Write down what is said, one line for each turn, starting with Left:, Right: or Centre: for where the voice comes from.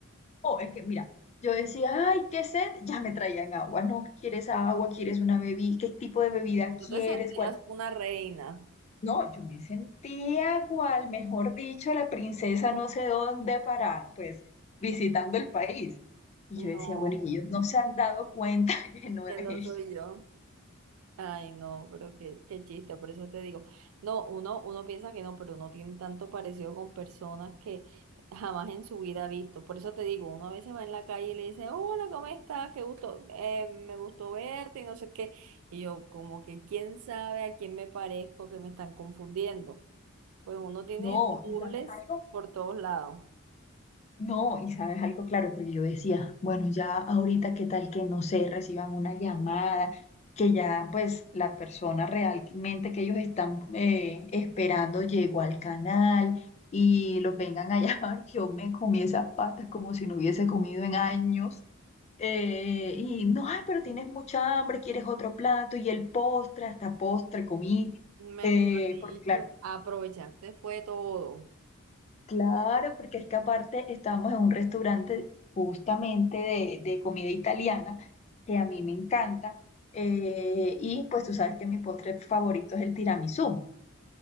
Left: Oh, es que mira, yo decía, ay, qué sed, ya me traían agua, no, ¿qué ¿quieres agua? ¿Quieres una bebida? ¿Qué tipo de bebida
Right: Tú
Left: quieres?
Right: te sentías
Left: ¿Cuál?
Right: una reina.
Left: No, yo me sentía cual, mejor dicho, la princesa no sé dónde para, pues, visitando el país. Y
Right: No,
Left: yo decía, bueno, y ellos no se han dado cuenta <laughs> que no
Right: que
Left: es ella.
Right: no soy yo. Ay, no, pero qué, qué chiste, por eso te digo, no, uno, uno piensa que no, pero uno tiene tanto parecido con personas que jamás en su vida ha visto. Por eso te digo, uno a veces va en la calle y le dice, hola, ¿cómo estás? Qué gusto, eh, me gustó verte y no sé qué. Y yo, como que quién sabe a quién me parezco que me están confundiendo. Pues uno tiene
Left: No,
Right: dobles
Left: ¿y sabes algo?
Right: por todos lados.
Left: No, y sabes algo claro, porque yo decía, bueno, ya ahorita qué tal que no sé, reciban una llamada, que ya pues la persona realmente que ellos están eh, esperando llegó al canal y los vengan a <laughs> llamar, yo me comí esas pastas como si no hubiese comido en años. eh, y no, ay, pero tienes mucha hambre, quieres otro plato y el postre, hasta postre comí,
Right: Mejor
Left: eh,
Right: dicho,
Left: porque claro.
Right: aprovechaste fue todo.
Left: Claro, porque es que aparte estábamos en un restaurante justamente de, de comida italiana, que a mí me encanta, eh, y pues tú sabes que mi postre favorito es el tiramisú.